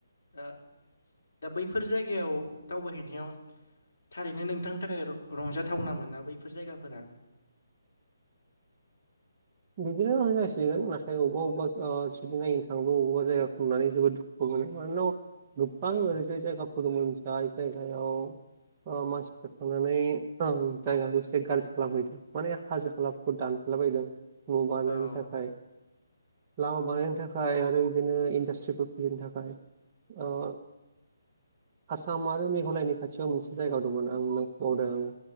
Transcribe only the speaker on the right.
बिदिनो होनजासिगोन नाथाय अबेबा अबेबा सिग नायनो थांबा बबावबा जायगाखौ ननानै जोबोद दुखु मोनो मानोना गोबां
ओरैजाय जायगाफोर दंमोन जाय जायगायाव मानसिफ्रा थांनानै जायगाखौ एसे गाज्रि खालामहैदों माने हाजो हालाखौ दानफेरलाबायदों न'
बानायनायनि थाखाय लामा बानायनो थाखाय आरो बिदिनो इन्डास्ट्रिफोर खुलिनो थाखाय औ आसाम आरो मेघालयनि खाथियाव मोनसे जायगा दंमोन आं नबावदों आ